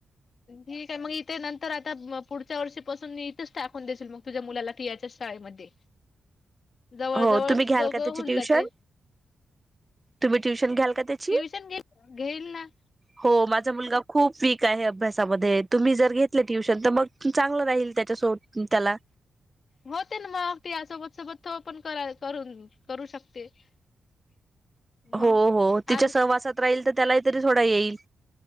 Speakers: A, on the left (about 55°); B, on the right (about 15°).
A: ठीक आहे मग इथे नंतर आता पुढच्या वर्षीपासून मी इथेच टाकून देशील मग तुझ्या मुलाला कि च्या शाळेमध्ये जवळ
B: हो
A: जवळच
B: तुम्ही घ्याल
A: दोघं
B: का त्याची
A: होऊन
B: ट्युशन
A: जाते.
B: तुम्ही ट्युशन घ्याल का त्याची
A: ट्युशन घे घेईल ना.
B: हो माझा मुलगा खूप वीक आहे अभ्यासामध्ये तुम्ही जर घेतलं ट्युशन तर मग चांगलं राहील त्याच्या सो त्याला
A: होते ना मगग ती यासोबत सोबत तो पण क करून करू शकते. <unintelligible> मग
B: हो हो तिच्या
A: आण
B: सहवासात राहील तर त्यालाही तरी थोडा येईल.